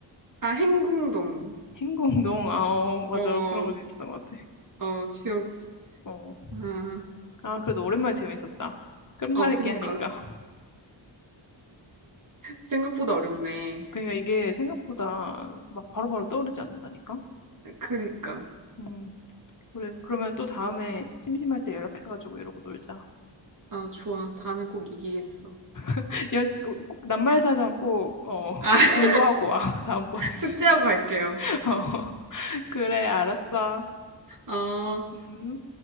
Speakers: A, on the right (about 45°); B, on the left (about 40°).
A: 아, 행궁동.
B: 행궁동, 아, 어, 맞아.
A: 어,
B: 그런 것도 있었던 것 같아.
A: 어, 지역,
B: 어.
A: 아,
B: 아, 그래도 오랜만에 재밌었다. 끝말잇기
A: 어, 그니까.
B: 하니까.
A: 생각보다 어렵네.
B: 그러니까 이게 생각보다 막 바로바로 떠오르지 않는다니까?
A: 그니까.
B: 음. 우리 그러면 또 다음에 심심할 때 연락해가지고 이러고 놀자.
A: 아, 좋아. 다음에 꼭 이기겠어.
B: <laughs> 연, 그- 그- 낱말사전 꼭, 어,
A: 아,
B: 공부하고
A: <laughs>
B: 와, <laughs> 다음번에.
A: 숙제하고 갈게요.
B: <laughs> 어, 그래, 알았어.
A: 어.
B: 음.